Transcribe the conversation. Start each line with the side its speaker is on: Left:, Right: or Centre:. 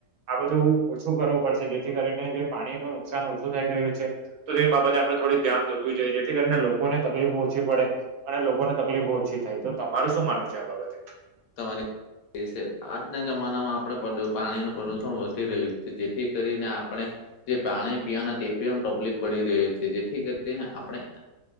Right: આ બધું ઓછું કરવું પડશે જેથી કરીને જે પાણી નુ નુકસાન ઓછું થઈ રહ્યું છે. તો તે બાબતે આપણે થોડી ધ્યાન દોરવી જોઈએ જેથી કરીને લોકોને તકલીફો ઓછી પડે અને લોકોને તકલીફો ઓછી થાય તો તમારું શું માનવું છે, આ બાબતે
Left: તમારે કે છે, આજના જમાનામાં પદુ આપણે પાણીનું પ્રદુષણ વધી રહ્યું છે, જેથી કરીને આપણે જે પાણી પીવાના ટેપી ટપલીપ પડી રહી છે, જેથી કરીને આપણે